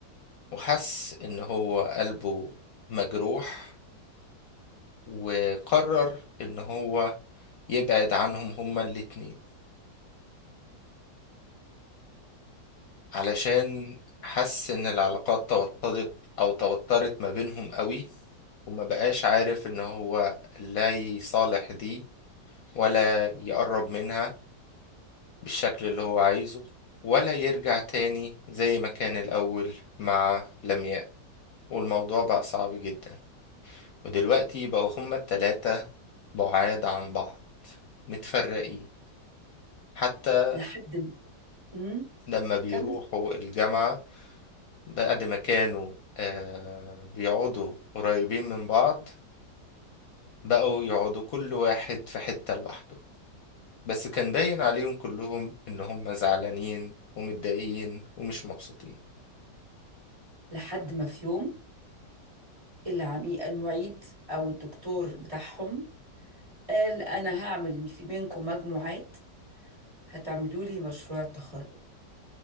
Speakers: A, on the left; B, on the right.
A: وحس ان هو قلبه مجروح وقرر ان هو يبعد عنهم هما الاتنين علشان حس ان العلاقات توترت او توترت ما بينهم قوي وما بقاش عارف ان هو لا يصالح دي ولا يقرب منها بالشكل اللي هو عايزه ولا يرجع تاني زي ما كان الاول مع لمياء والموضوع بقى صعب جدا ودلوقتي بقوا هما التلاتة بعاد عن بعض متفرقين حتى
B: لحد ما أمم،
A: لما بيروحوا
B: كمل
A: الجامعة بعد ما كانوا آه بيقعدوا قريبين من بعض بقوا يقعدوا كل واحد في حتة لوحده بس كان باين عليهم كلهم إن هما زعلانين ومتضايقين ومش مبسوطين
B: لحد ما في يوم العميق المعيد أو الدكتور بتاعهم قال انا هعمل في منكم مجموعات هتعملوا لي مشروع تخرج